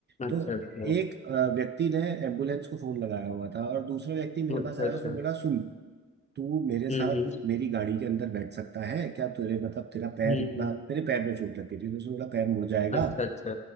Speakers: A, on the left; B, on the right.
A: अच्छा
B: तो
A: अच्छा
B: एक अ, व्यक्ति ने एम्बुलेंस को फोन लगाया हुआ था और दूसरा व्यक्ति मेरे
A: अच्छा
B: पास आया
A: अच्छा
B: उसने बोला सुन तू मेरे साथ
A: हम्म हम्म
B: मेरी गाड़ी के अंदर बैठ सकता है क्या तुझे मतलब तेरा पैर
A: हम्म
B: इतना
A: हम्म।
B: मेरे पैर में चोट लग गई थी तो उसने बोला पैर मुड़ जाएगा
A: अच्छा अच्छा